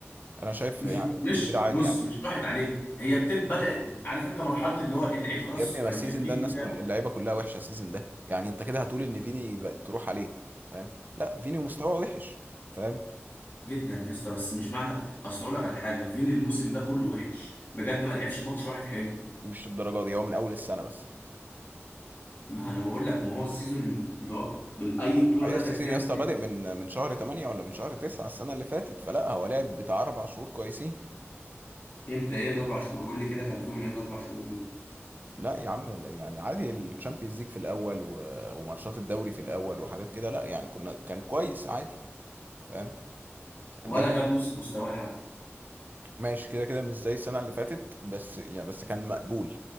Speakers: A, on the right; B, on the left.
A: أنا شايف
B: مش
A: يعني
B: مش
A: روديجير عادي
B: بص
A: يعني
B: مش راحت عليه هي بتب بدأت عارف انت مرحلة اللي هو ايه اللعيب خلاص
A: يا ابني ما
B: كان
A: السيزون
B: في البيك
A: ده الناس
B: بتاعه
A: كل اللعيبه كلها وحشه السيزون ده يعني انت كده هتقول ان فيني بقى تروح عليه فاهم لا فيني مستواه وحش فاهم
B: جدا يا اسطى بس مش معنى اصل اقول لك على حاجه فين الموسم ده كله وحش بجد ما لعبش ماتش واحد حلو
A: مش الدرجه دي هو من اول السنه بس يعني
B: ما انا بقول لك ما هو السيزون اللي هو بال- اي بطوله
A: ايوه
B: دخلت
A: السيزون
B: فيها
A: يا
B: مدريد
A: اسطى بادئ من من شهر 8 ولا من شهر 9 السنه اللي فاتت فلا هو لعب بتاع اربع شهور كويسين
B: امتى ايه الاربع شهور قول لي كده كان فيهم ايه الاربع شهور دول
A: لا يا عم لا، يعني عادي الشامبيونز ليج في الاول و... وماتشات الدوري في الاول وحاجات كده لا يعني كنا كان كويس عادي فاهم
B: ولا
A: ده
B: جاب نص مستواه حتى
A: ماشي كده كده مش زي السنة اللي فاتت بس يعني بس كان مقبول